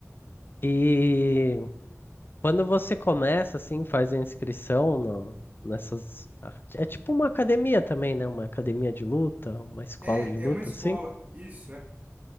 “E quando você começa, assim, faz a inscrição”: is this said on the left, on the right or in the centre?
Left